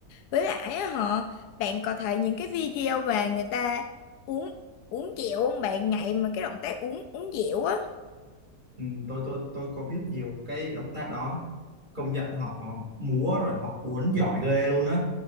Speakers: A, on the left (about 85°); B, on the right (about 30°).
A: Với lại á họ, bạn có thấy những cái video mà người ta uống uống dẻo không bạn nhảy mà cái động tác uống uống dẻo á.
B: ừ, tôi tôi tôi có biết nhiều cái động tác đó công nhận họ múa rồi họ uốn giỏi ghê luôn á